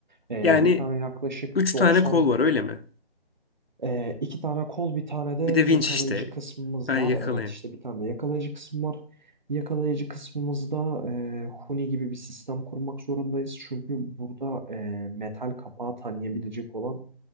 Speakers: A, on the right; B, on the left.
A: Ee,
B: Yani
A: bir tane yaklaşık
B: 3
A: 90
B: tane kol var öyle mi?
A: Ee, iki tane kol, bir tane de yakalayıcı
B: Bir de winch işte.
A: kısmımız
B: Ben
A: var.
B: yakalayın.
A: Evet işte bir tane de yakalayıcı kısmı var. Yakalayıcı kısmımızda e, Huni gibi bir sistem kurmak zorundayız. Çünkü burada e, metal kapağı tanıyabilecek olan